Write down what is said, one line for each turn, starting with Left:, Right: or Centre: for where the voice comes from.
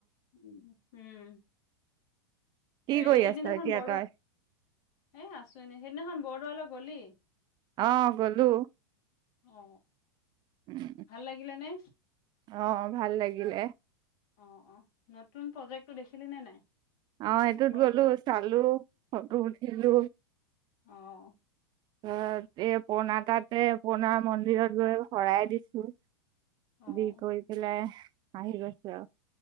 Left: উম উম
Right: কি
Left: হেৰি
Right: কৰি
Left: এইদিনাখন
Right: আছ এতিয়া
Left: বৰ
Right: তই
Left: এ আছো এনে সেইদিনাখন বৰদোৱালৈ গলি
Right: অ গ'লো
Left: অ
Right: উম
Left: ভাল লাগিলে নে
Right: অ ভাল লাগিলে।
Left: অ, অ। নতুন প্ৰজেক্টটো দেখিলি নে নাই?
Right: অ সেইটোত
Left: প্ৰকল্প।
Right: গলো চালো ফটো উঠিলো
Left: অঅ।
Right: ত এই পূৰ্ণা তাতে পূৰ্ণা মন্দিৰত গৈ শৰাই দিছো।
Left: অ',
Right: দি কৰি পেলাই আহি গৈছোঁ।